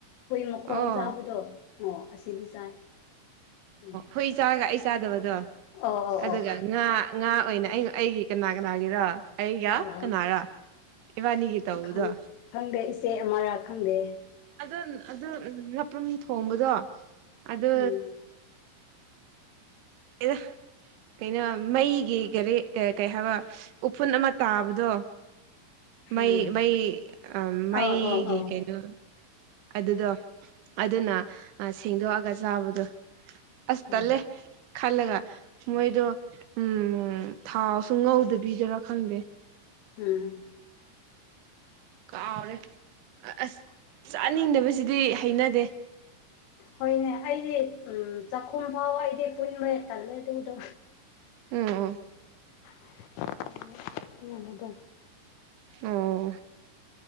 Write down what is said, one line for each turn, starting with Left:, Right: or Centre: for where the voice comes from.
Left: ꯍꯨꯏ ꯃꯈꯣꯡ
Right: ꯑꯣ
Left: ꯆꯥꯕꯗꯣ ꯑꯣ ꯑꯁꯤꯗꯤ ꯆꯥꯏ ꯎꯝ
Right: ꯍꯈꯣꯏ ꯆꯥꯔꯒ ꯑꯩ ꯆꯥꯗꯕꯗꯣ
Left: ꯑꯣ ꯑꯣ ꯑꯣ
Right: ꯑꯗꯨꯒ ꯉꯥ ꯉꯥ ꯑꯣꯏꯅ ꯑꯩꯩꯅ ꯑꯩꯒꯤ ꯀꯅꯥ ꯀꯅꯥꯒꯤꯔ ꯑꯩꯒ
Left: ꯑꯣ ꯑꯣ
Right: ꯀꯅꯥꯔ ꯏꯕꯥꯅꯤꯒꯤ ꯇꯧꯗ
Left: ꯈꯪ ꯈꯪꯗꯦ ꯏꯆꯦ ꯑꯃꯔꯛ ꯈꯪꯗꯦ
Right: ꯑꯗꯨ ꯑꯗꯨ ꯅꯄ꯭ꯔꯨꯝ ꯊꯣꯡꯕꯗꯣ ꯑꯗꯨ
Left: ꯎꯝ
Right: ꯑꯦꯗ ꯀꯩꯅꯣ ꯃꯩꯒꯤ ꯀꯔꯤ ꯀꯩ ꯍꯥꯏꯕ ꯎꯐꯨꯟ ꯑꯃ ꯇꯥꯕꯗꯣ ꯃꯩ
Left: ꯎꯝ
Right: ꯃꯩ ꯑ ꯃꯩꯒꯤ
Left: ꯑꯧ ꯑꯧ ꯑꯧ
Right: ꯀꯩꯅꯩꯅꯣ ꯑꯗꯨꯗꯣ ꯑꯗꯨꯅ ꯁꯦꯡꯗꯣꯛꯑꯒ ꯆꯥꯕꯗꯣ ꯑꯁꯇ
Left: ꯎꯝ
Right: ꯂꯩ ꯈꯜꯂꯒ ꯃꯣꯏꯗꯣ ꯎꯝ ꯊꯥꯎꯁꯨ ꯉꯧꯗꯕꯤꯗꯔꯥ ꯈꯪꯗꯦ
Left: ꯎꯝ
Right: ꯀꯥꯎꯔꯦ ꯑꯁ ꯆꯥꯅꯤꯡꯗꯕꯁꯤꯗꯤ ꯍꯩꯅꯗꯦ
Left: ꯍꯣꯏꯅꯦ ꯑꯩꯗꯤ ꯎꯝ ꯆꯥꯛꯈꯨꯝ ꯐꯥꯎ ꯑꯩꯗꯤ ꯄꯨꯟꯕ ꯍꯦ ꯇꯜꯂꯦ ꯑꯗꯨꯗ
Right: ꯎꯝ ꯎꯝ
Left: <inaudible>
Right: ꯑꯣ